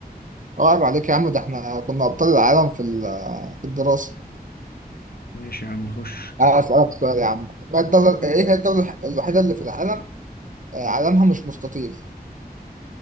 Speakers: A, on the right; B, on the left.
A: اه عيب عليك يا عم ده احنا كنا ابطال العالم في ال- في الدراسه
B: ماشي يا عم خش
A: آه، أسألك سؤال يا عم ما الدولة إيه هي الدولة الح- الوحيدة اللي في العالم آه، علمها مش مستطيل